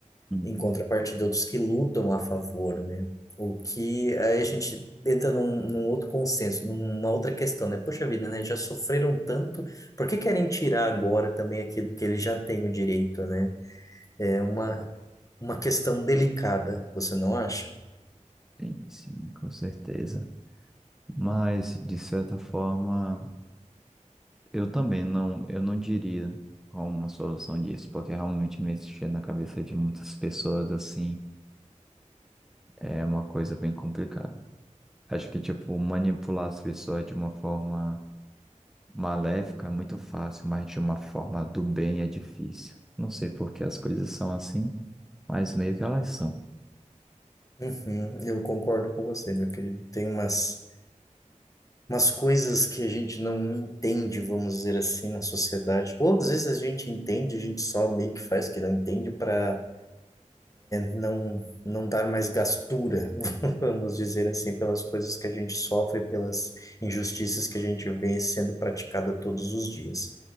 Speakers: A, in the centre; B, on the left.
A: hum,
B: em contrapartida outros que lutam a favor, né? O que aí a gente entra num, num outro consenso, numa outra questão, né? Poxa vida, né? Já sofreram tanto, por que querem tirar agora também aquilo que eles já têm o direito, né? É uma, uma questão delicada, você não acha?
A: Sim, sim, com certeza. Mas, de certa forma, eu também não, eu não diria como uma solução disso, porque realmente mexer na cabeça de muitas pessoas assim é uma coisa bem complicada. Acho que, tipo, manipular as pessoas de uma forma Maléfico é muito fácil, mas de uma forma do bem é difícil. Não sei por que as coisas são assim, mas meio que elas são.
B: Uhum, eu concordo com você, meu querido. Tem umas, umas coisas que a gente não entende, vamos dizer assim, na sociedade. Ou às vezes a gente entende, a gente só meio que faz que não entende para não, não dar mais gastura, <laughs> vamos dizer assim, pelas coisas que a gente sofre, pelas injustiças que a gente vê sendo praticada todos os dias.